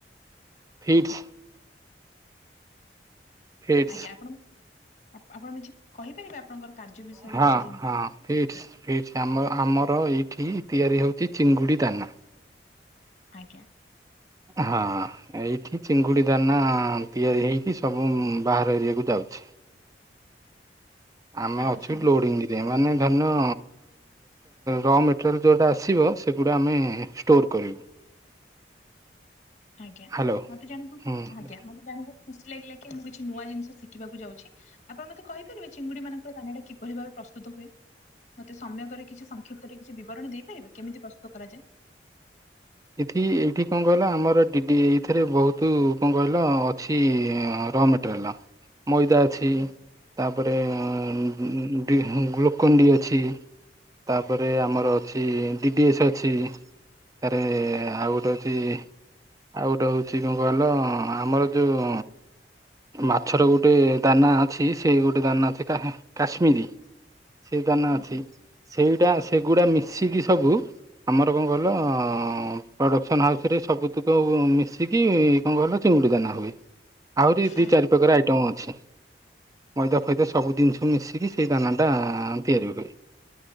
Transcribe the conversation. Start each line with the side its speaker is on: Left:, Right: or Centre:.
Right: ଫିଟ୍ସ୍। ଫିଟ୍ସ
Left: ଆଜ୍ଞା ଆପଣ ଆପଣ ନିଜେ କହିପାରିବେ? ଆପଣଙ୍କର କାର୍ଯ୍ୟ ବିଷୟରେ
Right: ହଁ
Left: କିଛି ଜିନିଷ
Right: ହଁ। ଫିଟ୍ସ୍ ଫିଟ୍ସ୍ ଆମ ଆମର ଏଇଠି ତିଆରି ହେଉଛି ଚିଙ୍ଗୁଡ଼ି ଦାନା।
Left: ଆଜ୍ଞା।
Right: ହଁ। ଏଇଠି ଚିଙ୍ଗୁଡି ଦାନା ତିଆରି ହେଇକି ସବୁ ବାହାର ଏରିଆକୁ ଯାଉଛି। ଆମେ
Left: ଆ-
Right: ଅଛୁ
Left: ଆଚ୍ଛା ଆମ
Right: ଲୋଡିଙ୍ଗି ଯେ ମାନେ ଧନ୍ୟ ର ମେଟେରିଆଲ୍ ଯୋଉଟା ଆସିବ ସେଗୁଡ଼ା ଆମେ ଷ୍ଟୋର କରିବୁ।
Left: ଆଜ୍ଞା
Right: ହ୍ୟାଲୋ
Left: ମତେ ଜାଣିବୁ
Right: ହୁଁ
Left: ଆଜ୍ଞା ମତେ ଜାଣି ବହୁତ ଖୁସି ଲାଗିଲା କି ମୁଁ କିଛି ନୂଆ ଜିନିଷ ଶିଖିବାକୁ ଯାଉଛି ଆପଣ ମତେ କହିପାରିବେ ଚିଙ୍ଗୁଡିମାନଙ୍କୁ ଦାନାଟା କିପରି ଭାବେ ପ୍ରସ୍ତୁତ ହୁଏ? ମତେ ସମ୍ୟକରେ କିଛି ସଂକ୍ଷିପ୍ତରେ କିଛି ବିବରଣୀ ଦେଇପାରିବେ କେମିତି ପ୍ରସ୍ତୁତ କରାଯାଏ?
Right: ଏଠି ଏଇଠି କଣ କହିଲ ଆମର ଡିଡି ଏଇଥିରେ ବହୁତୁ କଣ କହିଲ ଅଛି ର ମେଟେ ଟ୍ରେଲା ମଇଦା ଅଛି।
Left: ଆଜ୍ଞା
Right: ତା ପରେ ମ-ମ ଡି ଗ୍ଲୁକଣ୍ଡି ଅଛି। ତାପରେ ଆମର ଅଛି ଡିଡିଏସ୍ ଅଛି ତାରେ ଆଉ ଗୋଟେ ହୋଉଛି ଆଉ ଗୋଟେ ହେଉଛି କଣ କହିଲ ଆମର ଯୋଉ ମାଛର ଗୋଟେ ଦାନା ଅଛି ସେ ଗୋଟେ ଦାନା ଅଛି କାଶ୍ମୀରୀ। ସେ ଦାନା
Left: ଆଜ୍ଞା
Right: ଅଛି ସେଇଟା ସେଗୁଡା ମିଶିକି ସବୁ ଆମର କଣ କହିଲ ପ୍ରଡ଼କ୍ସନ୍ ହାଉସ୍ ରେ ସବୁତୁକ ମିଶିକି କଣ କହିଲ ଚିଙ୍ଗୁଡି ଦାନା ହୁଏ ଆହୁରି ଦି
Left: ଆଜ୍ଞା।
Right: ଚାରି ପକାର ଆଇଟମ ଅଛି। ମଇଦା ଫଇଦା ସବୁ ଜିନିଷ ମିଶିକି ସେଇ ଦାନାଟା ତିଆରିି ହୁଏ।